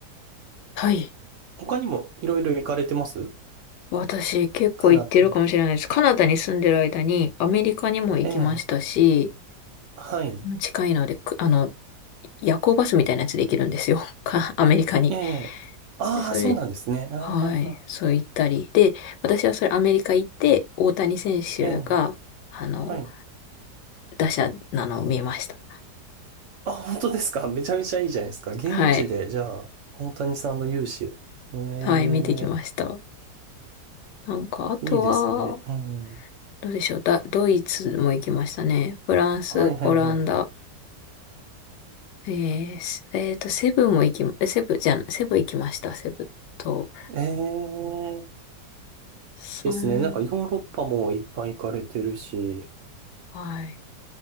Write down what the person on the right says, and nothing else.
他にもいろいろ行かれてます
カナダ以外。
ええ、はい。
ええ。ああ、
そうなんですね。ああ、
ああ
ええ、
はい。
あ、本当ですか <laughs> めちゃめちゃいいじゃないですか。現地で、
じゃあ、大谷さんの勇姿を。え
え、いいですね。うん。
はいはいはい。
ええ。
ですね。なんかヨーロッパもいっぱい行かれてるし、